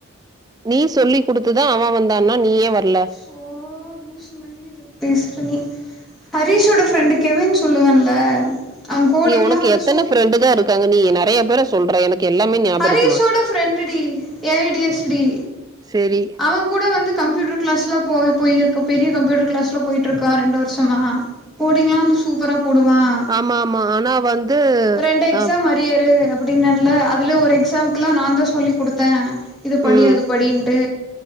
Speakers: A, on the right; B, in the centre.
A: நீ சொல்லி் குடுத்துதா அவ வந்தான்னா நீ ஏ வர்ல
B: சோ லூசு மாதிரி இதோ பேஸ்ற நீ ஹரீஷோட ஃபரெண்டு கெவின் சொல்லுவேன்ல அவ கோடிங்லா
A: உனக்கு
B: வந்து
A: எத்தன
B: சூப்
A: ஃப்ரெண்டு தா இருக்காங்க நீ நெறைய பேரு சொல்ற எனக்கு எல்லாமே ஞாபகம்
B: ஹரீஷோட
A: இருக்குமா?
B: friend T A I T S T
A: செரி
B: அவன் கூட வந்து கம்ப்யூட்டர் கிளாஸ்லா போ போய்ருக்க பெரிய கம்ப்யூட்டர் கிளாஸ்லா போய்ட்டுருக்கா ரெண்டு வருஷமா கோடிங்ல்லா வந்து சூப்பரா போடுவான்
A: ஆமா ஆமா ஆனா வந்து
B: ரெண்டு எக்ஸாம்
A: அ
B: அரியரு அப்டின்னன்லா அதுல ஒரு எக்ஸாம்க்குல்லா நாந் தா சொல்லி குடுத்தே இது படி
A: ம்,
B: அது படின்ட்டு